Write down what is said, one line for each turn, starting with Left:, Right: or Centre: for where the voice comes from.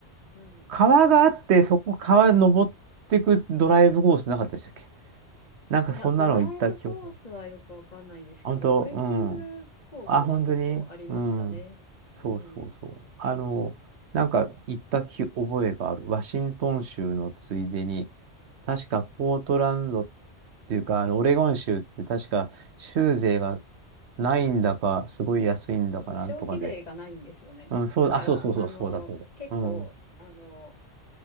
Left: うん。
Right: 川があって、そこ川登ってくドライブコースなかったでしたっけなんかそんなの行った記憶。
Left: いや、ドライブコースはよくわかんないですけど、
Right: あ本当、
Left: トレッキングコースが結構ありましたね。
Right: うん。あ、本当にうん。そうそうそう。
Left: うん。
Right: あの、なんか行った記覚えがある。ワシントン州のついでに、確かポートランドっていうか、あの、オレゴン州って確か州税がないんだか、すごい安いんだかなんとかで。
Left: そうそう、消費税がないんですよね。
Right: うん、そう、
Left: だから、
Right: あ、そうそうそう、
Left: あの、
Right: そうだ、そうだ。
Left: 結構、
Right: うん。
Left: あの、